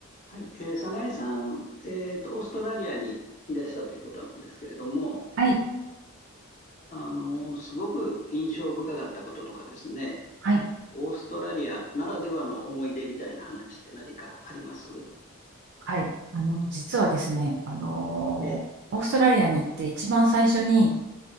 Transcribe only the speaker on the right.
はい、
はい、
はい。あの、実はですね、あのーオーストラリアに行って一番最初に、